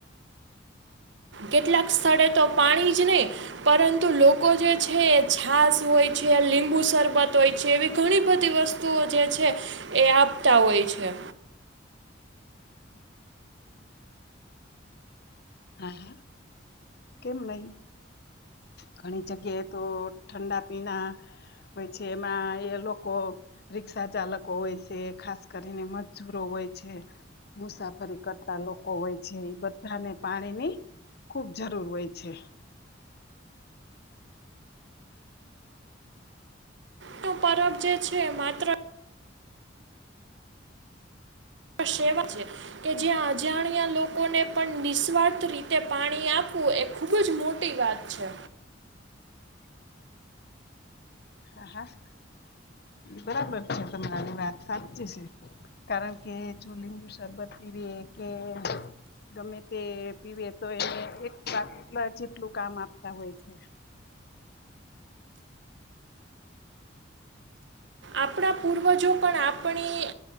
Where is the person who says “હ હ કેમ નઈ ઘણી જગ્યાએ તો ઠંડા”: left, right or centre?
Left